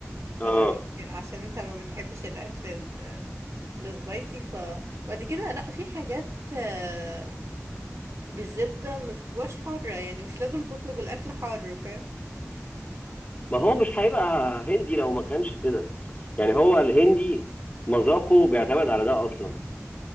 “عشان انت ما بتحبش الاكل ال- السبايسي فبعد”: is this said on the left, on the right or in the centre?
Right